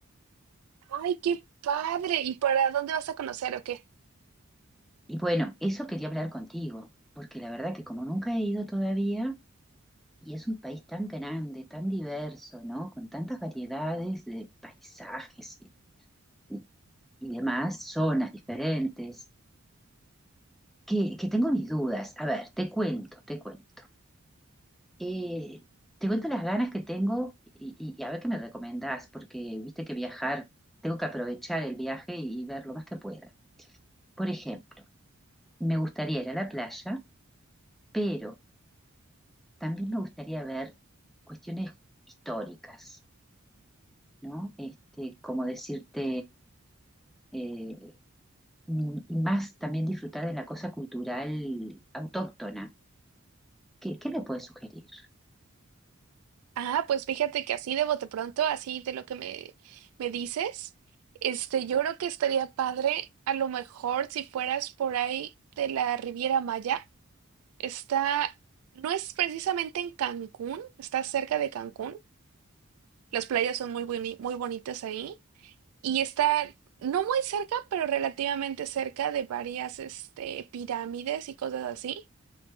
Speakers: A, on the right (about 80°); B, in the centre.
A: Ay, qué padre. ¿Y para dónde vas a conocer o qué?
B: Y bueno, eso quería hablar contigo, porque la verdad que como nunca he ido todavía, y es un país tan grande, tan diverso, ¿no? Con tantas variedades de paisajes y, y- y demás, zonas diferentes, que, que tengo mis dudas. A ver, te cuento, te cuento. Eh, te cuento las ganas que tengo y, y- y a ver qué me recomendás, porque viste que viajar, tengo que aprovechar el viaje y, y ver lo más que pueda. Por ejemplo, me gustaría ir a la playa, pero también me gustaría ver cuestiones históricas, ¿no? Este, como decirte, eh, y y más también disfrutar de la cosa cultural autóctona. ¿Qué, qué me puedes sugerir?
A: Ah, pues fíjate que así de bote pronto, así de lo que me, me dices, este, yo creo que estaría padre a lo mejor si fueras por ahí de la Riviera Maya. Está, no es precisamente en Cancún, está cerca de Cancún. Las playas son muy, boni- muy bonitas ahí. y está no muy cerca, pero relativamente cerca de varias este, pirámides y cosas así.